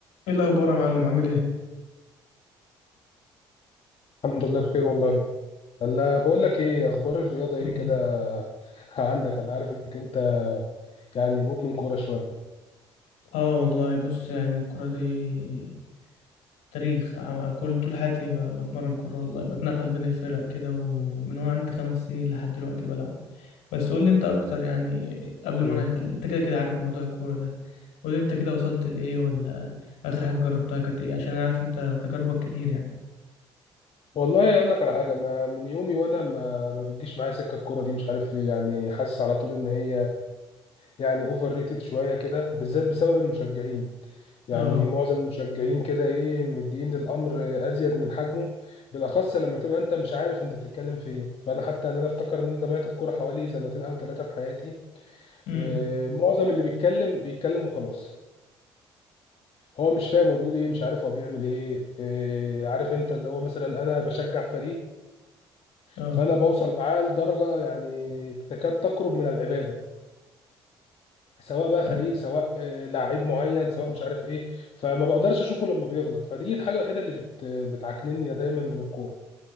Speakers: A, on the left; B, on the left.
A: ايه الاخبار يا معلم عامل ايه
B: الحمد لله بخير والله الا بقول لك ايه اخبار الرياضه ايه
A: قول
B: كده
A: لي
B: <laughs> عندك انا عارف انك انت يعني مدمن كوره شويه
A: اه والله بص يعني الكره دي تاريخ ع- كل طول حياتي ب- بتمرن كوره والله بتنقل بين الفرق كده ومن وانا عندي خمس سنين لحد دلوقتي بلعب بس قول لي انت اكتر يعني قبل
B: مم.
A: ما انا أكل... انت كده كده عارف موضوع الكوره ده قول لي انت كده وصلت لايه ولا اخر حاجه جربتها كانت ايه عشان انا عارف انت تجاربك كتير يعني
B: والله اقول لك على حاجه انا من يومي وانا
A: مم.
B: ما ما بتجيش معايا سكه الكوره دي مش عارف ليه يعني حاسس على طول ان هي يعني اوفر ريتد شويه كده بالذات بسبب المشجعين يعني
A: اه
B: معظم المشجعين كده ايه مدين للامر ازيد من حجمه بالاخص لما تبقى انت مش عارف انت بتتكلم في ايه فانا حتى ان انا افتكر ان انا تابعت الكوره حوالي سنتين او ثلاثه في حياتي
A: امم
B: آه، معظم اللي بيتكلم بيتكلم وخلاص هو مش فاهم هو بيقول ايه مش عارف هو بيعمل ايه آه، عارف انت اللي هو مثلا انا بشجع فريق
A: اه
B: فانا بوصل معاه لدرجة يعني تكاد تقرب من العبادة سواء بقى فريق
A: أيوة.
B: سواء آه، لعيب معين سواء مش عارف ايه فما بقدرش اشوفه لما بيغلط فدي الحاجة الوحيدة اللي بت بتعكنني دايما من الكورة